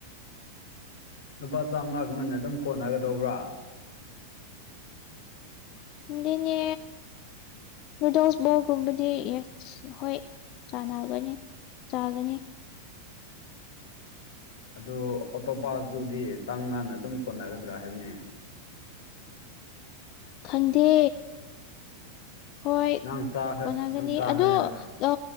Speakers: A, on the left; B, on the left.
A: ꯂꯨꯄꯥ ꯆꯥꯝꯃꯉꯥꯒꯨꯝꯅ ꯑꯗꯨꯝ ꯀꯣꯟꯅꯒ ꯗꯧꯕ꯭ꯔꯥ
B: ꯈꯪꯗꯦꯅꯦ ꯅꯨꯨꯗꯜꯁꯕꯣꯒꯨꯝꯕꯗꯤ ꯌꯦ ꯑꯁ ꯍꯣꯏ ꯆꯥꯟꯅꯒꯅꯤ ꯆꯥꯒꯅꯤ
A: ꯑꯗꯨ ꯑꯣꯇꯣꯄꯁꯇꯨꯗꯤ ꯆꯝꯉꯥꯟꯅ ꯑꯗꯨꯝ ꯀꯣꯟꯅꯒꯗ꯭ꯔꯥ ꯍꯥꯏꯕꯅꯦ
B: ꯈꯪꯗꯦ ꯍꯣꯏ
A: ꯅꯪ ꯆꯥꯈ꯭ꯔꯦ
B: ꯀꯣꯟꯅꯒꯅꯤ
A: ꯅꯪ ꯆꯥꯈ꯭ꯔꯦ
B: ꯑꯗꯣ
A: ꯍꯥꯏꯔꯒ
B: ꯑ